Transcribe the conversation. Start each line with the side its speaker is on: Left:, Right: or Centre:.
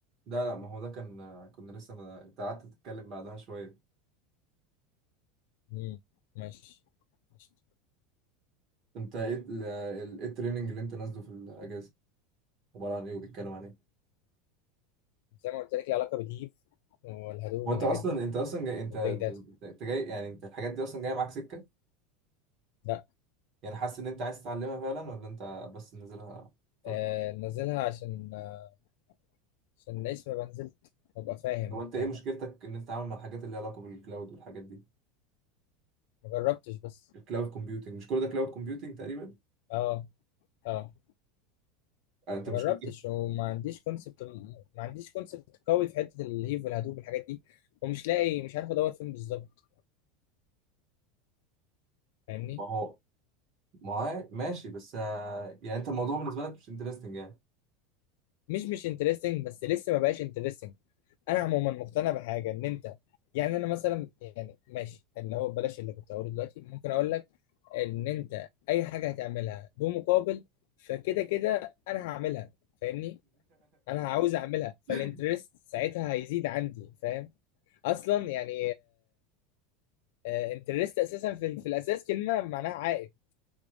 Right: لا لا ما هو ده كان آه، كنا لسه ما انت قعدت تتكلم بعدها شويه
Left: امم ماشي ماشي.
Right: انت ايه ال- ال- ايه التريننج اللي انت نازله في الاجازه عباره عن ايه وبيتكلم عن ايه
Left: زي ما قلت لك ليها علاقة بالهيف والهدوب
Right: هو انت
Left: والحاجات
Right: اصلا
Left: دي
Right: انت اصلا جاي انت
Left: والبيج
Right: انت
Left: داتا
Right: أنت جاي يعني انت الحاجات دي اصلا جايه معاك سكه
Left: لا
Right: يعني حاسس ان انت عايز تتعلمها فعلا ولا انت بس نازلها طر
Left: آه نزلها عشان آه عشان الاسم ما نزلت وابقى فاهم
Right: طب
Left: وبتاع
Right: انت ايه مشكلتك ان انت عامل مع الحاجات اللي ليها علاقه بالكلاود والحاجات دي
Left: ما جربتش بس
Right: الكلاود كومبيوتنج مش كل ده كلاود كومبيوتنج تقريبا
Left: اه اه
Right: آه، انت
Left: ما
Right: مشكلتك
Left: جربتش
Right: <laughs>
Left: وما عنديش كونسبت ما عنديش كونسبت قوي في حتة الهيف والهدوب والحاجات دي ومش لاقي مش عارف ادور فين بالظبط فاهمني
Right: ما هو ما هو ماشي بس آه، يعني انت الموضوع بالنسبه لك مش انترستنج يعني
Left: مش مش انترستنج بس لسه ما بقاش انترستنج انا عموما مقتنع بحاجه ان انت يعني انا مثلا يعني ماشي اللي هو بلاش اللي كنت هقوله دلوقتي ممكن اقول لك ان انت اي حاجه هتعملها بمقابل فكده كده انا هعملها فاهمني انا عاوز اعملها فالانترست
Right: <laughs>
Left: ساعتها هيزيد عندي فاهم اصلا يعني انترست اساسا في, في الاساس كلمه معناها عائد